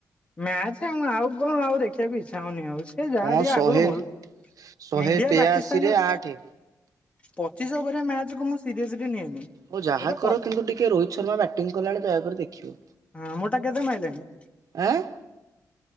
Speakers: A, on the left (about 20°); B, on the right (about 65°).
A: ମ୍ୟାଚ ଆଉଁ ଆଗ ଆଉ ଦେଖିବାକୁ ଇଚ୍ଛା ହଉନି ଆଉ। ସେ ଯାହା
B: କଣ
A: ଟିକେ
B: ଶହେ
A: ଆଗରୁ ଭଲ
B: ଶହେ
A: ଇଣ୍ଡିଆ
B: ତେୟାଅଶୀରେ
A: ପାକିସ୍ତାନ
B: ଆଠେ।
A: ପଚିଶ ଓଭରିଆ ମ୍ୟାଚ୍ କୁ ମୁଁ ସିରିଏସଲି ନିଏନି।
B: ହଉ ଯାହା
A: ଗୋଟେ
B: କର
A: ପ
B: କିନ୍ତୁ ଟିକେ ରୋହିତ ଶର୍ମା ବ୍ୟାଟିଂ କଲା ବେଳେ ଦୟାକରି ଦେଖିବ।
A: ହଁ ମୋଟା କେତେ ମାଇଲେଣି?
B: ଆଁଏ